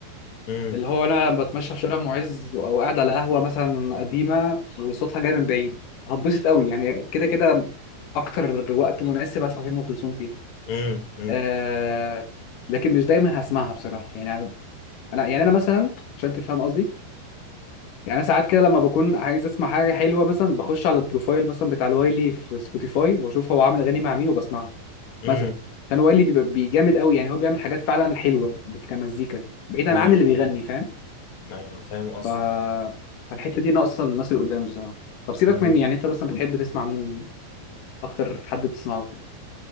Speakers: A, on the left; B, on the left.
A: امم
B: اللي هو انا بتمشى في شارع معز او قاعد على قهوه مثلا قديمه وصوتها جاي من بعيد هتبسط قوي يعني كده كده اكتر وقت مناسب اسمع فيه ام كلثوم فيه
A: امم امم
B: آه لكن مش دايما هسمعها بصراحه يعني انا يعني انا مثلا عشان تفهم قصدي يعني انا ساعات كده لما بكون عايز اسمع حاجه حلوه مثلا بخش على البروفايل مثلا بتاع الوايلي في سبوتيفاي واشوف هو عامل اغاني مع مين وبسمعها
A: امم
B: مثلا عشان وايلي بيبقى بي- جامد قوي يعني هو بيعمل حاجات فعلا حلوه بت- كمزيكا بعيدا
A: ايوه
B: عن اللي بيغني
A: ايوه
B: فاهم
A: ايوه أنا فاهم قصدي
B: فالحتة دي ناقصة للناس القدام بصراحة طب سيبك
A: امم
B: مني يعني انت اصلا بتحب تسمع مين اكتر حد بتسمعه كده